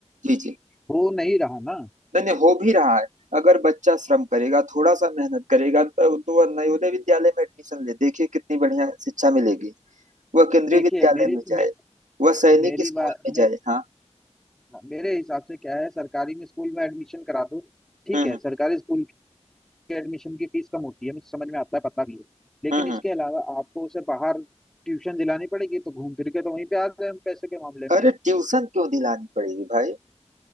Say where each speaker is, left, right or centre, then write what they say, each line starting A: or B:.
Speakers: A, on the right; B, in the centre.
A: जी जी
B: हो नहीं रहा ना
A: नहीं नहीं हो भी रहा है अगर बच्चा श्रम करेगा थोड़ा सा मेहनत करेगा तो, तो वह नवोदय विद्यालय में एडमिशन ले देखिए कितनी बढ़िया शिक्षा मिलेगी वह केंद्रीय
B: देखिए
A: विद्यालय
B: मेरी
A: में जाए
B: मे,
A: वह सैनिक
B: मेरी
A: स्कूल
B: बात
A: में जाए
B: मे,
A: हाँ
B: मेरे हिसाब से क्या है सरकारी में स्कूल में एडमिशन करा दो ठीक
A: हम्म
B: है
A: हम्म
B: सरकारी स्कूल के एडमिशन की फीस कम होती है मुझे समझ में आता है पता भी है लेकिन
A: हम्म हम्म,
B: इसके
A: हम्म।
B: अलावा आपको उसे बाहर ट्यूशन दिलानी पड़ेगी तो घूम फिर के तो वहीं पे आ गए हम पैसे के मामले
A: अरे
B: में
A: ट्यूशन क्यों दिलानी पड़ेगी भाई